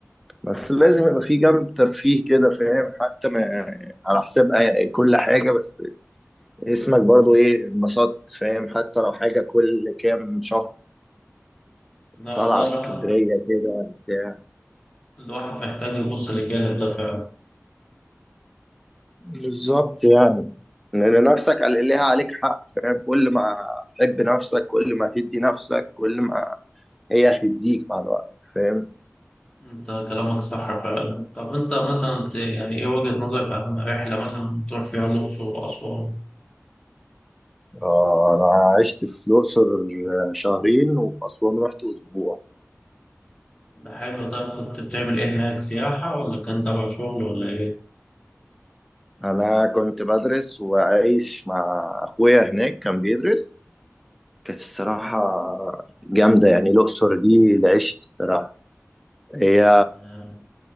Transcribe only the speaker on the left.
لا
والله الواحد
الواحد محتاج يبص للجانب ده فعلا
انت كلامك صح فعلا طب انت مثلا ت- يعني ايه وجهة نظرك عن رحلة مثلا تروح فيها الأقصر وأسوان
ده حلو ده كنت بتعمل ايه هناك سياحة ولا كان تبع شغل ولا ايه؟
آه،